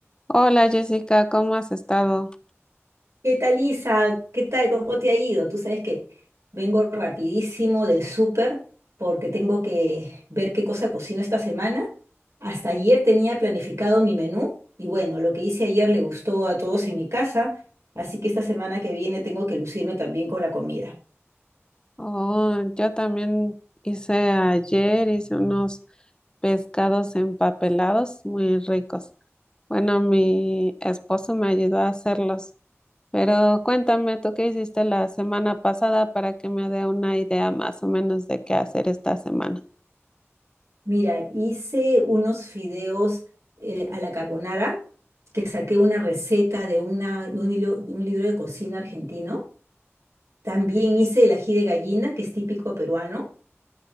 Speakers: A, on the left; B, on the right.
A: Hola Jessica, ¿cómo has estado?
B: ¿Qué tal, Isa? ¿Qué tal? ¿Cómo te ha ido? Tú sabes que vengo rapidísimo del súper porque tengo que ver qué cosa cocino esta semana. Hasta ayer tenía planificado mi menú y bueno, lo que hice ayer le gustó a todos en mi casa, así que esta semana que viene tengo que lucirme también con la comida.
A: Oh, yo también hice ayer, hice unos pescados empapelados muy ricos. Bueno, mi esposo me ayudó a hacerlos, pero cuéntame, ¿tú qué hiciste la semana pasada para que me dé una idea más o menos de qué hacer esta semana?
B: Mira, hice unos fideos eh, a la carbonara que saqué una receta de, una, de un hilo- de un libro de cocina argentino. También hice el ají de gallina, que es típico peruano.